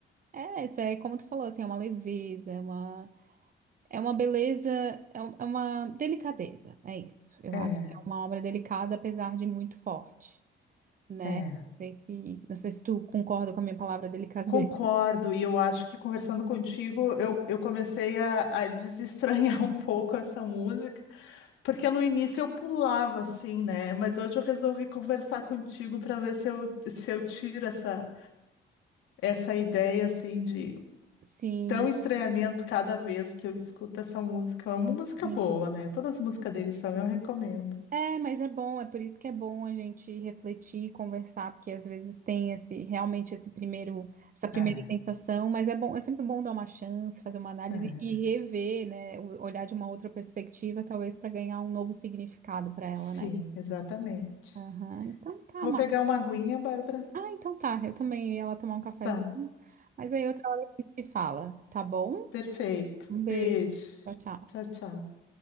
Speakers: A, on the right; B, on the left.
A: É, essa é como tu falou, assim, é uma leveza, é uma, é uma beleza, é um- é uma delicadeza, é isso. Eu
B: é.
A: acho que é uma obra delicada, apesar de muito forte, né?
B: É,
A: Não sei se, não sei se tu concorda com a minha palavra delicadeza.
B: concordo, e eu acho que conversando contigo, eu, eu comecei a, a desestranhar <laughs> um pouco essa música, porque no início eu pulava assim, né? Mas hoje eu resolvi conversar contigo para ver se eu, se eu tiro essa, essa ideia assim de
A: Sim,
B: tão estranhamento cada vez que eu escuto essa música. É uma música
A: sim.
B: boa, né? Todas as músicas deles são, eu recomendo.
A: É, mas é bom, é por isso que é bom a gente refletir, conversar, porque às vezes tem esse realmente esse primeiro, essa primeira
B: É,
A: sensação, mas é bom, é sempre bom dar uma chance, fazer uma análise
B: é.
A: e rever, né, o- olhar de uma outra perspectiva, talvez para ganhar um novo significado para ela,
B: Sim,
A: né?
B: exatamente.
A: Aham, Então tá,
B: Vou
A: Mar.
B: pegar uma aguinha, Bárbara.
A: Ah, então tá. Eu também ia lá tomar um cafezinho,
B: Tá.
A: mas aí outra hora a gente se fala, tá bom?
B: Perfeito.
A: Um beijo.
B: Beijo.
A: Tchau, tchau.
B: Tchau, tchau.